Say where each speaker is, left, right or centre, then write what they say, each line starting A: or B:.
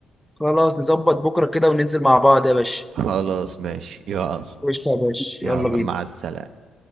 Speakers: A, in the centre; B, on the right.
A: خلاص نظبط بكره كده وننزل مع بعض يا باشا
B: خلاص ماشي يلا
A: قشطة يا باشا
B: يلا
A: يلا بينا
B: مع السلامة